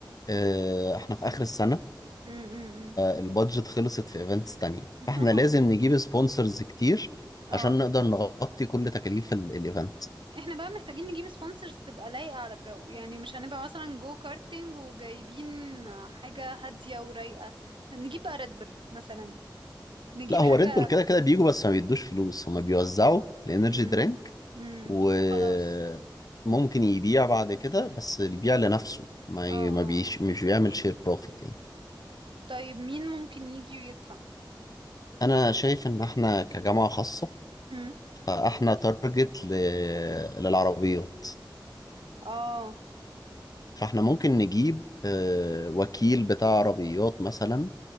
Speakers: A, on the left; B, on the right.
A: أه احنا في اخر السنة
B: امم
A: البادجت خلصت في ايفنتس تانية
B: <laughs>
A: فاحنا لازم نجيب سبونسرز كتير
B: اه
A: عشان نقدر نغطي كل تكاليف الايفنت
B: احنا بقى محتاجين نجيب سبونسرز تبقى لايقة على الجو يعني مش هنبقى مثلا جو كارتينج وجايبين حاجة هادية ورايقة نجيب بقى ريد بل مثلا نجيب
A: لا هو
B: حاجة
A: ريد بول كده كده بيجوا بس ما بيدوش فلوس هما بيوزعوا الانرجي
B: امم
A: درينك
B: امم
A: وممكن
B: وخلاص
A: يبيع بعد كده بس يبيع لنفسه ما
B: اه
A: ي...
B: اه
A: ما بيش...
B: اه.
A: مش بيعمل شير بروفيت يعني
B: طيب مين ممكن يجي ويدفع
A: انا شايف ان احنا كجامعة خاصة
B: امم
A: فاحنا تارجت ل... للعربيات
B: اه
A: فاحنا ممكن نجيب آه، وكيل بتاع عربيات مثلا